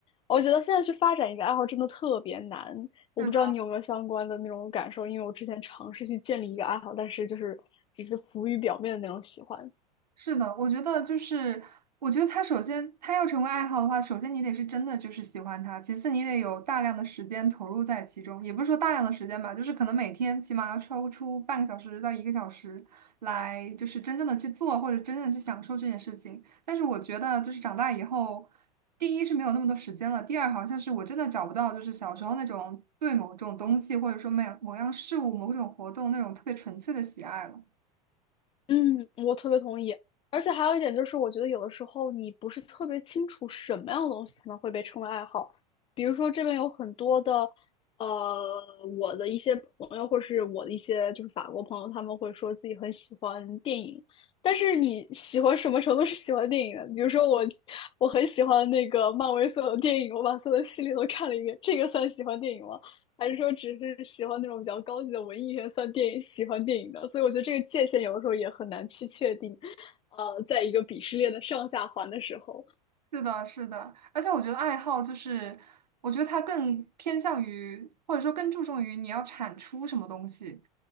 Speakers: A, on the left; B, on the right.
A: 我觉得现在去发展一个爱好真的特别难，我不知道你有没有相关的那种感受，
B: 是的。
A: 因为我之前尝试去建立一个爱好，但是就是只是浮于表面的那种喜欢。
B: 是的，我觉得就是，我觉得他首先他要成为爱好的话，首先你得是真的就是喜欢他，其次你得有大量的时间投入在其中，也不是说大量的时间吧，就是可能每天起码要抽出半个小时到一个小时来，就是真正的去做或者真正的去享受这件事情。但是我觉得就是长大以后，第一是没有那么多时间了，第二好像是我真的找不到就是小时候那种对某种东西或者说某某样事物某种活动那种特别纯粹的喜爱了。
A: 嗯，我特别同意。而且还有一点就是，我觉得有的时候你不是特别清楚什么样的东西才能会被称为爱好。比如说，这边有很多的，呃，我的一些朋友，或是我的一些就是法国朋友，他们会说自己很喜欢电影。但是你喜欢什么程度是喜欢电影的？比如说我，我很喜欢那个漫威所有的电影，我把所有的系列都看了一遍，这个算喜欢电影吗？还是说只是喜欢那种比较高级的文艺元算电影喜欢电影的？所以我觉得这个界限有的时候也很难去确定。呃，在一个鄙视链的上下环的时候，
B: 是的，是的，而且我觉得爱好就是，我觉得它更偏向于，或者说更注重于你要产出什么东西。